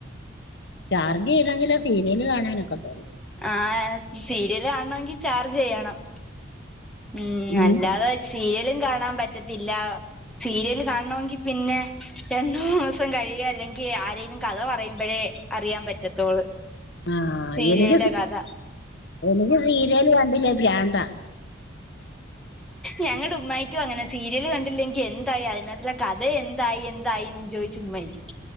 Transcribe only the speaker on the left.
ചാർജ് ചെയ്തെങ്കിലെ സീരിയല് കാണാനൊക്കത്തൊള്ളു
ഇന്ന്
ആ
എനിക്ക് സീ
എനിക്ക് സീരിയല് കണ്ടില്ലേ പ്രന്താ